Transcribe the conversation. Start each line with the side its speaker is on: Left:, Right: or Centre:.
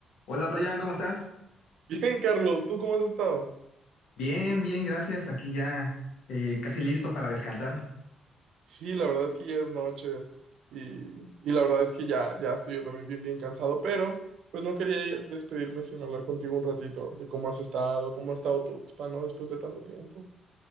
Left: Hola Brian, ¿cómo estás?
Right: Bien, Carlos, ¿tú cómo has estado?
Left: Bien, bien, gracias. Aquí ya eh, casi listo para descansar.
Right: Sí, la verdad es que ya es noche y, y la verdad es que ya, ya estoy yo también bien, bien cansado, pero pues no quería despedirme sin hablar contigo un ratito de cómo has estado, cómo ha estado tu expa, ¿no? Después de tanto tiempo.